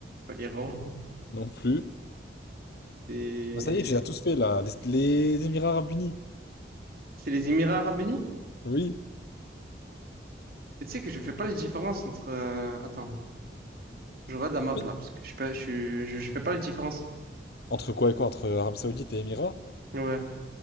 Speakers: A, on the right; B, on the left.
A: Pas l'Iran.
B: Non plus.
A: C'est
B: Bah, ça y est, tu l'as tous fait là, les, les Émirats Arabes Unis.
A: c'est les Émirats Arabes Unis?
B: Oui.
A: Mais tu sais que je fais pas la différence entre. euh, Attends, je regarde la map
B: Mais
A: là parce que je, suis pas, je, suis- je, je fais pas la différence.
B: entre quoi et quoi? Entre Arabie Saoudite et Émirats?
A: Ouais.